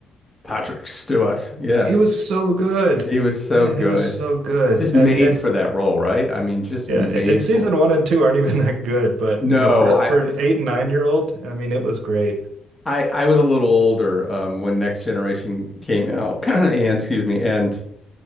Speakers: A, on the left; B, on the right.
A: Patrick Stewart. Yes.
B: he was so good,
A: He was so
B: man.
A: good.
B: He was so good,
A: Just made
B: and and
A: for that role, right? I mean, just
B: yeah,
A: made
B: and season
A: for it.
B: one and two aren't even <laughs> that good, but
A: No,
B: you know, for
A: I,
B: for an eight and nine year old, I mean, it was great.
A: I, I was a little older um, when Next Generation came out, <clears throat> and excuse me, and